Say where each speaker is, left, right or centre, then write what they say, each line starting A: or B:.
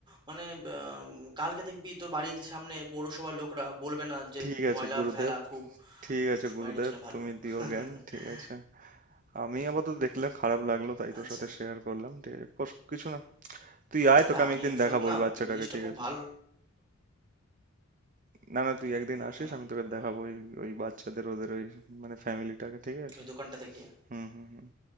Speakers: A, on the right; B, on the right.
A: মানে আম, কালকে দেখবি তোর বাড়ির সামনে পৌরসভার লোকরা বলবে না যে
B: ঠিক আছে
A: ময়লা
B: গুরুদেব
A: ফেলা খুব
B: ঠিক আছে গুরুদেব
A: বাড়ির জন্য ভালো
B: তুমি
A: <laughs>
B: দিও জ্ঞান ঠিক আছে আমি আপাতত দেখলাম খারাপ লাগলো তাই তোর
A: আচ্ছা
B: সাথে শেয়ার করলাম ঠিক আছে কোস- কিছু না তুই আয়
A: আবে
B: তোকে আমি
A: আমিও
B: একদিন দেখাবো
A: সত্যি না
B: ওই বাচ্চাটাকে
A: জিনিসটা
B: ঠিক
A: খুব
B: আছে
A: ভালো
B: না না তুই একদিন আসিস
A: হুম
B: আমি তোকে দেখাবো
A: বল
B: ওই ওই বাচ্চাদের ওদের ওই মানে ফ্যামিলিটাকে ঠিক আছে
A: ওই দোকানটাতে গিয়ে
B: হুম হুম হুম